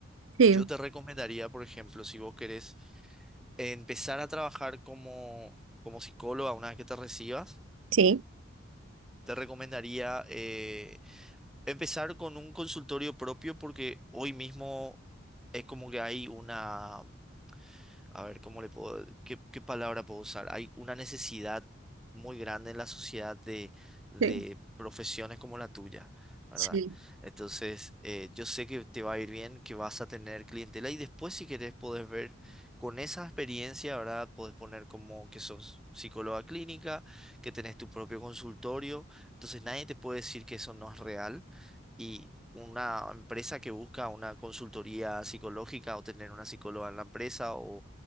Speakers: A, on the right; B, in the centre.
A: sí,
B: Yo te recomendaría, por ejemplo, si vos querés empezar a trabajar como, como psicóloga una vez que te recibas,
A: Sí.
B: te recomendaría eh, empezar con un consultorio propio porque hoy mismo es como que hay una a ver, ¿cómo le puedo, qué, qué palabra puedo usar? Hay una necesidad muy grande en la sociedad de, de
A: sí.
B: profesiones como la tuya, ¿verdad?
A: sí.
B: Entonces, eh, yo sé que te va a ir bien, que vas a tener clientela y después si querés podés ver con esa experiencia, ¿verdad? Podés poner como que sos psicóloga clínica, que tenés tu propio consultorio, entonces nadie te puede decir que eso no es real y... Una empresa que busca una consultoría psicológica o tener una psicóloga en la empresa o